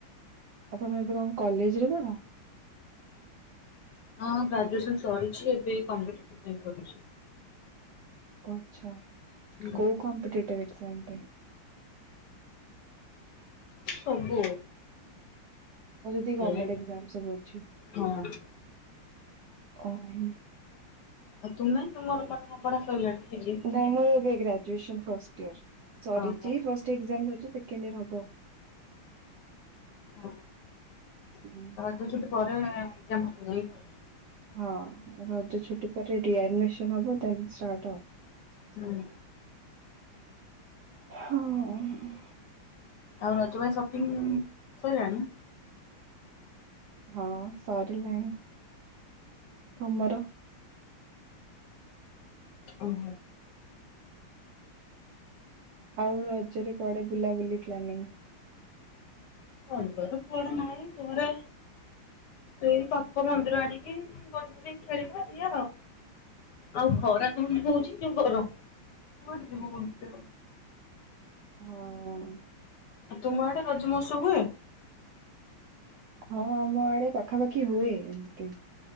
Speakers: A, on the right (about 85°); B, on the left (about 65°).
A: ଆଉ ତମେ ଏବେ କଁ କଲେଜ ରେ ପଢ?
B: ହଁ ଗ୍ରାଜୁଏସନ୍ ସରିଚି ଏବେ ଏଇ କମ୍ପେଟିଭ ପାଇଁ ପଢୁଚି।
A: କଛା
B: ହୁଁ
A: କୋଉ କମ୍ପେଟିଭ ଏକ୍ଜାମ୍ ପାଇଁ?
B: ସବୁ
A: ଆଉ ଯେତିକି ଗର୍ମେଣ୍ଟ
B: ଯେହେତୁ
A: ଏକ୍ଜାମ୍ ସବୁ ଅଛି।
B: ହଁ।
A: ଓ ହୁଁ
B: ଆଉ ତୁମେ ତ ମୋର ମନ ପଢା ସରିଲାଣି ପି ଯି?
A: ନାଇଁ ମୋ ଏବେ ଗ୍ରାଜୁଏସ ଫାଷ୍ଟଡିଅର୍ ସରିଚି
B: ଓହୋ।
A: ଫାଷ୍ଟ ଏକ୍ଜାମ୍ ସରିଚି ସେକେଣ୍ଡ ୟୀଅର୍ ହବ।
B: <unintelligible>
A: ହୁଁ।
B: ରଜ ଛୁଟି ପରେ ଯେମ୍ହା <unintelligible>
A: ହଁ ରଜ ଛୁଟି ପରେ ରିଆଡିମିସନ୍ ହବ ଦେନ୍ ଷ୍ଟାଟ୍ ହ
B: ହୁଁ
A: ହୁଁ ଉଁ
B: ଆଉ ରଜ ପାଇଁ ସପିଙ୍ଗ୍ ସଇଲାଣି?
A: ହଁ ସରିଲାଣି ତମର?
B: ଉହୁଁ
A: ଆଉ ରଜରେ କୁଆଡେ ବୁଲା ବୁଲି ପ୍ରାନିଙ୍ଗ୍?
B: <unintelligible> ନାହି ଘରେ। ସେଇ ପାଖ ମନ୍ଦିର ଆଡିକି ବସିକି ଖେଳିବା ଏଇଆ ଆଉ। ଆଉ ଖରା କେମିତି ହଉଚି ଯୋଉ ଗରମ କୁଆଡେ ଯିବୁ ବୁଲିତେ।
A: ହଁ
B: ତୁମ ଆଡେ ରଜ ମହୋତ୍ସବ ହୁଏ।
A: ହଁ ଆମ ଆଡେ ପାଖାପାଖି ହୁଏ ଏମିତି।